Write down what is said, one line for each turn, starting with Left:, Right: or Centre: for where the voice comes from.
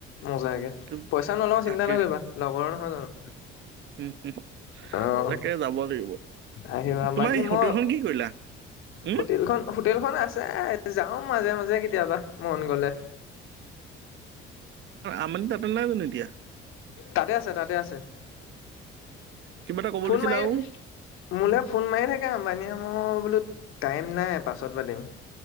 Left: মজাকে
Right: উম,
Left: পইচা নলও চিন্তা
Right: তাকে,
Left: নকৰিবা লগৰ নহয় জানো।
Right: উম, উম,
Left: অ',
Right: তাকে যাব লাগিব।
Left: আহিবা বাকী
Right: তোমাৰ
Left: মই
Right: হোটেলখন কি কৰিলা? উম,
Left: হোটেলখন - হোটেলখন আছে যাওঁ মাজে মাজে কেতিয়াবা মন গলে।
Right: আমনি তাতে নাই যানো এতিয়া?
Left: তাতে আছে তাতে আছে।
Right: কিবা এটা ক'ব
Left: ফোন
Right: লাগিছিলে
Left: মাৰি
Right: আৰু।
Left: মোলৈ ফোন মাৰি থাকে আম্বানীয়ে মই বোলো টাইম নাই পাছত পাতিম।